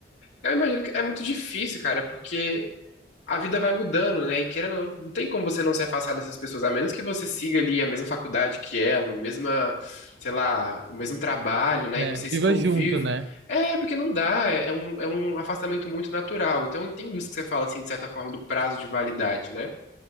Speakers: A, on the left; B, on the right.
A: Eu imagino que é muito difícil, cara, porque a vida vai mudando, né? E querendo ou não, não tem como você não se afastar dessas pessoas, a menos que você siga ali a mesma faculdade que ela, o mesma, sei lá, o mesmo trabalho, né?
B: É,
A: E vocês
B: viva
A: convivem.
B: junto, né?
A: É, porque não dá, é é um, é um afastamento muito natural. Então, eu entendo isso que você fala, assim, de certa forma, do prazo de validade, né?